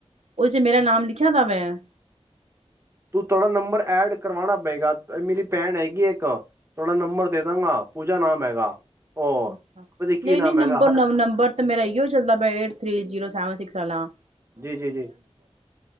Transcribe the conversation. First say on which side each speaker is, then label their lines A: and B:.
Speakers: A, on the right (about 85°); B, on the right (about 25°).
A: ਉਹ ਚ, ਮੇਰਾ ਨਾਮ ਲਿਖਿਆ ਤਾ ਮੈਂ।
B: ਤੂੰ ਤੁਹਾਡਾ ਨੰਬਰ ਐਡ ਕਰਵਾਣਾ ਪਏਗਾ, ਮੇਰੀ ਭੈਣ ਹੈਗੀ ਇੱਕ ਤੁਹਾਡਾ ਨੰਬਰ ਦੇ ਦਾਂਗਾ, ਪੂਜਾ ਨਾਮ ਹੈਗਾ। ਉਹ
A: ਨਹੀਂ,
B: ਉਹਦੇ ਕੀ ਨਾਮ
A: ਨਹੀਂ, ਨੰਬਰ,
B: ਹੈਗਾ ਹਰ
A: ਨੰਬਰ ਤੇ, ਮੇਰਾ ਇਔੲਈ ਚੱਲਦਾ ਪਿਆ, eight, three, zero, seven six. ਚਲਾਂ
B: ਜੀ ਜੀ ਜੀ।